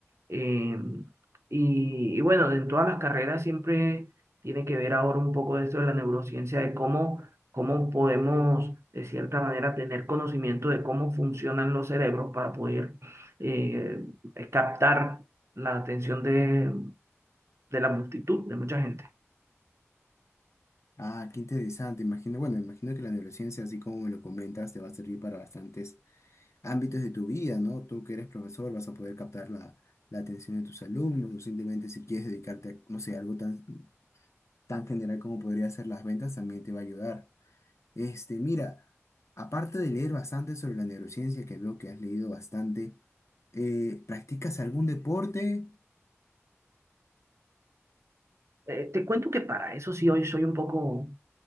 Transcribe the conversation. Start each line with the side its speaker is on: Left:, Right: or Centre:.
Right: Eh, y, y bueno, en todas las carreras siempre tiene que ver ahora un poco de esto de la neurociencia, de cómo, cómo podemos, de cierta manera, tener conocimiento de cómo funcionan los cerebros para poder eh, eh, captar la atención de, de la multitud, de mucha gente.
Left: Ah, qué interesante, imagino, bueno, imagino que la neurociencia, así como me lo comentas, te va a servir para bastantes ámbitos de tu vida, ¿no? Tú que eres profesor vas a poder captar la, la atención de tus alumnos, o simplemente si quieres dedicarte a, no sé, algo tan, tan general como podría ser las ventas, también te va a ayudar. Este, mira, aparte de leer bastante sobre la neurociencia, que veo que has leído bastante, eh, ¿practicas algún deporte?
Right: Eh, te cuento que para eso sí hoy soy un poco,